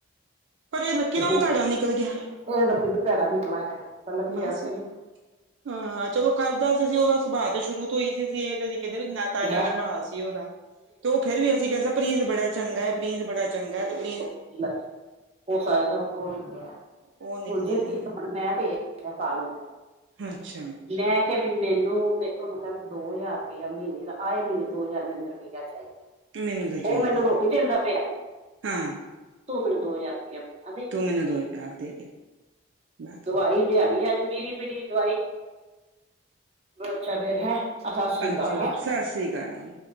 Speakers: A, on the right; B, on the right.
A: ਪਰ ਇਹ ਲੱਕੀ
B: ਦੇਖੋ
A: ਨਾਲੋ ਭੈੜਾ ਨਿਕਲ ਗਿਆ।
B: ਇਹ ਲੱਕੀ ਨਾਲੋਂ ਭੈੜਾ ਨਿਕਲ ਆਇਆ, ਪਰ ਲੱਕੀ
A: ਬਸ
B: ਐਵੇਂ ਤਾਂ ਨੀ
A: ਹਾਂ ਚਲੋ ਕਰਦਾ ਸੀ, ਉਹਦਾ ਸੁਭਾਅ ਸ਼ੁਰੂ ਤੋਂ ਉਹੀ ਸੀ, ਇਹ ਨੀ ਅਸੀਂ ਕਹਿੰਦੇ ਵੀ ਤਾਜ਼ਾ
B: ਹੈ
A: ਸੁਭਾਅ ਸੀ ਉਹਦਾ, ਤੇ ਉਹ ਫੇਰ ਵੀ ਅਸੀਂ ਕਹਿੰਦੇ ਪ੍ਰਿੰਸ ਬੜਾ ਚੰਗਾ। ਪ੍ਰਿੰਸ ਬੜਾ ਚੰਗਾ, ਤੇ ਪ੍ਰਿੰਸ
B: ਲੈ, ਉਹ ਸਾਰੇ ਤਾਂ ਉਹ ਨੇ, ਹਾਂਜੀ ਹਾਂ
A: ਉਹ ਨਿਕਲਿਆ
B: ਮੈਂ ਭੇਜਦੀ ਆਂ ਕਾਲੂ ਨੂੰ।
A: ਅੱਛਾ,
B: ਮੈਂ ਕਿਹਾ ਵੀ ਮੈਨੂੰ ਤੇ ਉਹਨੂੰ ਕਿਹਾ, ਵੀ ਦੋ ਹਜ਼ਾਰ ਰੁਪਇਆ ਮਹੀਨੇ ਦਾ, ਆਏ ਮਹੀਨੇ ਦੋ ਹਜ਼ਾਰ ਮੈਨੂੰ, ਫਿਰ ਠੀਕ ਐ ਤਾਈ,
A: ਮੈਨੂੰ ਤਾਂ
B: ਉਹ
A: ਚਾਹੀਦਾ
B: ਮੈਨੂੰ ਰੋਟੀ ਦਿੰਦਾ ਪਿਆ।
A: ਹਾਂ,
B: ਤੂੰ ਮੈਨੂੰ ਦੋ ਹਜ਼ਾਰ ਰੁਪਇਆ ਮਹੀਨਾ ਦੇ।
A: ਤੂੰ ਮੈਨੂੰ ਦੋ ਹਜ਼ਾਰ ਦੇ ਦੇ, ਮੈਂ
B: ਦਵਾਈ ਲਿਆਣੀ ਐ ਅੱਜ ਮੀਰੀ ਪੀੜੀ ਦੀ ਦਵਾਈ, ਅੱਛਾ ਫੇਰ ਹੈ ਸਤਿ ਸ੍ਰੀ ਅਕਾਲ
A: ਅੱਛਾ,
B: ਹੈ
A: ਸਸ ਰੀ ਕਾਲ।